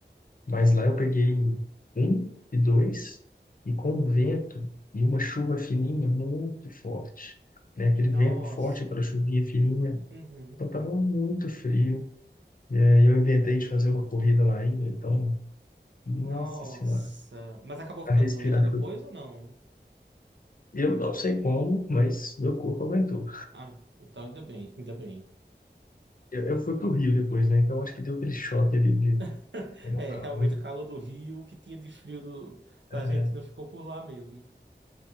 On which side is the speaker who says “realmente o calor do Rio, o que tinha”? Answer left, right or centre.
Right